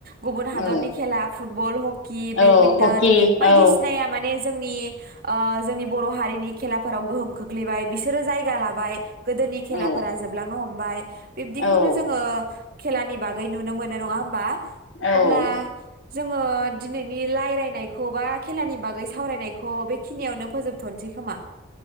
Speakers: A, on the right (about 50°); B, on the left (about 80°).
A: गुबुन हादरनि
B: औ
A: खेला फुटबल ह हकि, बेदमिन्टन
B: औ हकि
A: बायदिसिनाया
B: औ
A: माने जोंनि ओ जोंनि बर' हारिनि खेलाफोराव गोहोम खोख्लैबाय बिसोरो जायगा लाबाय गोदोनि खेलाफोरा
B: औ
A: जोबलांनो हम बाय बिब्दिखौनो
B: औ
A: जोङो खेलानि बागै नुनो मोनो नङा होमबा
B: औ
A: अब्ला जोङो दिनैनि रायलयनायखौ बा खेलानि बागै सावरायनायखौ बेखिनियावनो फोजोबथनोसै खोमा।